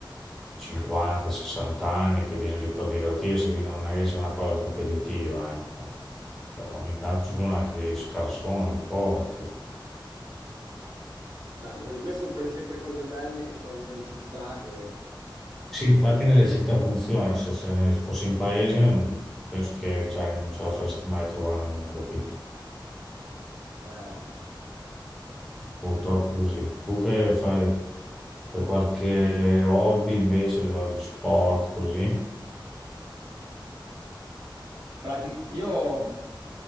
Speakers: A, in the centre; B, on the right (about 60°).
A: 50, 60 anni che viene lì per divertirsi, quindi non è che sia una cosa competitiva, ecco. Però ogni tanto ci sono anche dei scarsoni forti.
B: Bello, vedi, queste sono quelle sempre cose belle che trovi nelle città che...
A: Sì, infatti nelle città funziona, se, se fossi in paese non- penso che cioè, non ce la faresti mai a trovarne uno, capito?
B: Eh, no.
A: Purtroppo è così. Tu che fai, fai qualche hobby invece a livello di sport, così?
B: Prati- Io